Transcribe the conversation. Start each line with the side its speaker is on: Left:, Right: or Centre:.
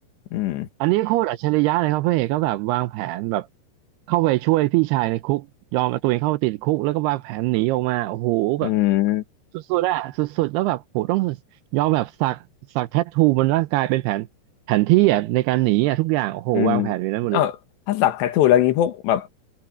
Left: อืม
Right: อันนี้โคตรอัจฉริยะเลยครับพระเอกก็แบบวางแผนแบบเข้าไปช่วยพี่ชายในคุกยอมเอาตัวเองเข้าไปติดคุกแล้วก็วางแผนหนีออกมาโอ้โหแบบ
Left: อืม
Right: สุดๆอะสุดๆแล้วแบบโหต้องยอมแบบสักสักแทททูบนร่างกายเป็นแผนแผนที่อะในการหนีอะทุกอย่างโอ้โหวางแผนไว้นั้นหมดเลย
Left: อืมเออถ้าสักแทททูแล้วนี้พวกแบบ